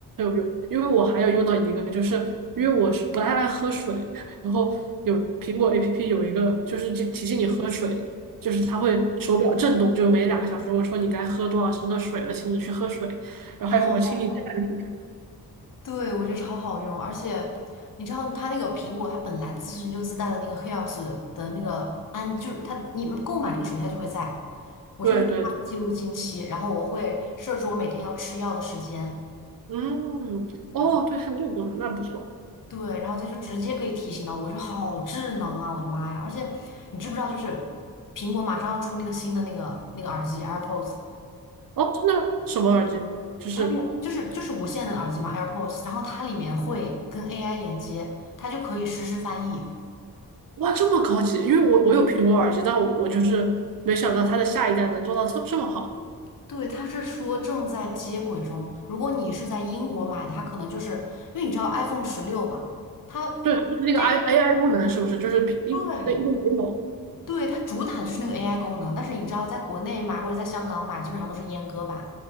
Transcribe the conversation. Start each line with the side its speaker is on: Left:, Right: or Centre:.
Right: 有用，因为我还有用到一个，就是因为我是不太爱喝水，然后有苹果 APP 有一个就是就提醒你喝水的，就是它会手表震动，就是每两个小时我说你该喝多少升的水了，请你去喝水，然后还有什么请你站立，
Left: 哦，对，我觉得超好用，而且你知道它那个苹果，它本来自身就自带的那个黑曜石的那个安，就是它你购买这个属性它就会在，
Right: <laughs>
Left: 我就是用它来记录经期，
Right: 对对对。
Left: 然后我会设置我每天要吃药的时间，
Right: 嗯，哦，
Left: 然后
Right: 对，还有这个功能，那不错。
Left: 对，然后它就直接可以提醒到我，我觉得好智能啊，我的妈呀！而且你知不知道，就是苹果马上要出那个新的那个那个耳机 AirPods，
Right: 哦，真的吗？什么耳机？就是
Left: 它那个就是就是无线的耳机嘛 AirPods，然后它里面会跟 AI 连接，它就可以实时翻译。
Right: 哇，这么高级。因为我我有苹果耳机，但我我就是没想到它的下一代能做到这这么好。
Left: 对，他是说正在接轨中。如果你是在英国买的，它可能就是因为你知道 iPhone 十六嘛，它
Right: 对，就是那个
Left: 这
Right: I AI 功能，是不是？就是英对英国有。
Left: 对对它主打的就是那个 AI 功能。但是你知道，在国内买或者在香港买，基本上都是阉割版。